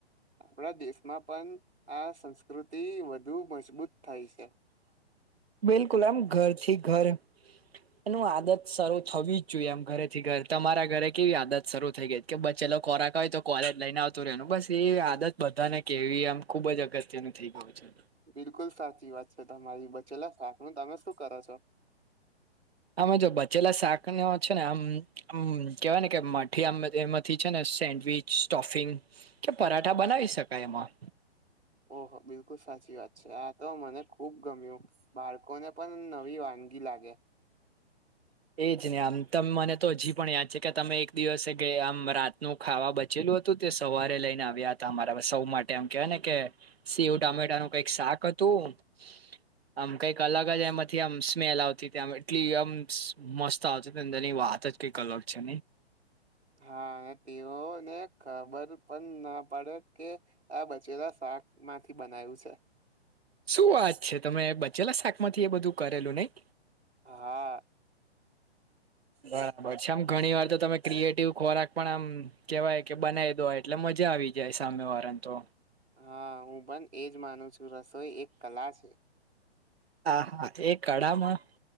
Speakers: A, on the right; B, on the right.
A: આપણા દેશમાં પણ આ સંસ્કૃતિ વધુ મજબૂત થાય છે.
B: બિલકુલ આમ ઘરથી ઘર. એનું આદત શરૂ થવી જ જોઈએ એમ ઘરેથી ઘર તમારા ઘરે કેવી આદત શરૂ થઈ ગઈ હતી. કે બચેલો ખોરાક હોય તો કોલેજ લઈને આવતું રહેેનું બસ એ આદત બધા ને કેવી આમ ખુબ જ અગત્યનું નથી. ઓ છેને.
A: બિલકુલ સાચી વાત છે તમારી બચેલા શાક નું તમે શું કરો છો?
B: અમે જો બચેલા શાક ને છે ને આમ. હમ કેવાય ને કે માઠી આમ એમાંથી છે ને સેન્ડવીચ સ્ટોફિંગ. કે પરાઠા બનાવી શકાય એમાં.
A: ઓહો! બિલકુલ સાચી વાત છે. આ તો મને ખુબ ગમ્યું બાર. કોને પણ નવી વાનગી લાગે.
B: એ જ ને મને હજી પણ યાદ છે તમે એક દિવસે કે આમ નું ખાવા બચેલું હતું તે સવારે લઈને આવ્યા હતા અમારા સૌ માટે આમ કેવાય ને કે સેવ ટામેટા નું કઈક શાક હતું. આમ કઈક અલગ જ એમાંથી સ્મેલ આવતી એટલી મસ્ત આવશે અંદર ની વાત જ કંઈક અલગ છે.
A: હા અને તેઓને ખબર પણ ના પડે કે આ બચેલા શાકમાંથી બનાયું છે.
B: શું વાત છે તમે બચેલા શાકમાંથી એ બધું કરેલું નહી?
A: હા.
B: બરાબર છે આમ ઘણી વાર તો તમે ક્રિએટિવ ખોરાક પણ આમ કહેવાય કે બનાવી દો એટલે મજા આવી જાય સામે વાળા ને તો
A: હા હું પણ એજ માનું છું રસોઈ એક કલા છે.
B: હા હા એ કળામાં